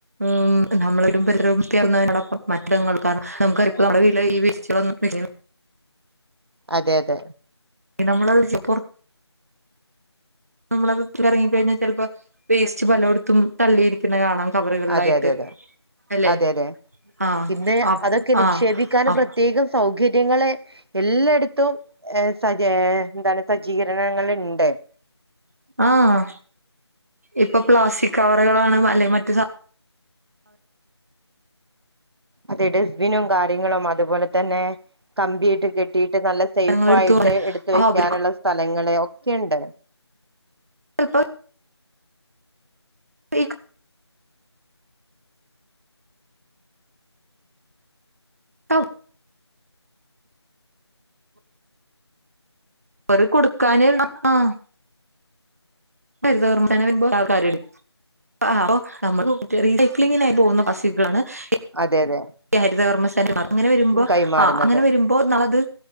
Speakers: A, on the right; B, on the right.
A: ഊം നമ്മളൊ വീടും പരിസരവും വൃത്തിയാക്കുന്നതിനോടൊപ്പം മറ്റിടങ്ങൾ കാരണം നമുക്ക്റിപ്പോ നമ്മുടെ വീട്ടില് ഈ <unintelligible>
B: അതെ അതെ
A: നമ്മളത് പോർത്ത് നമ്മളത് ഇറങ്ങിക്കഴിഞ്ഞാൽ ചിലപ്പോ വേസ്റ്റ് പലയിടത്തും തള്ളിയിരിക്കുന്ന കാണാം കവറുകളിലായിട്ട്
B: അതെ അതെ
A: അല്ലെ
B: അതെ അതെ
A: ആഹ്
B: ഇന്ന്
A: അപ്
B: അതൊക്കെ നിക്ഷേപിക്കാൻ
A: ആഹ് അപ്
B: പ്രത്യേകം സൗകര്യങ്ങളെ എല്ലട് ത്തും ഏഹ് സജെ എന്താണ് സജ്ജീകരണങ്ങള്ണ്ട്
A: ആഹ് ഇപ്പൊ പ്ലാസ്റ്റിക് കവറുകളാണ് അല്ലെ മറ്റ് സാ
B: അതെ ഡസ്ബിനും കാര്യങ്ങളും അതുപോലെ തന്നെ കമ്പീട്ട് കെട്ടി ട്ട് നല്ല
A: സാധനങ്ങൾ
B: സൈഫായിട്ട്
A: എടുത്തു പോണെ
B: എടുത്ത്
A: ആഹ്
B: വെക്കാന്ള്ള
A: അവർക്കൊക്കെ
B: സ്ഥലങ്ങള് ഒക്കെണ്ട്
A: ലപ്പോ ഇ തൗ അവര് കൊടുക്കാന് ആഹ് <unintelligible>
B: അതെ അതെ
A: ഹരിതകർമ്മസേനമ്മാർ അങ്ങനെ വരുമ്പോ
B: കൈമാറുന്നത്
A: ആ അങ്ങനെ വരുമ്പോ ന്നള്ളത്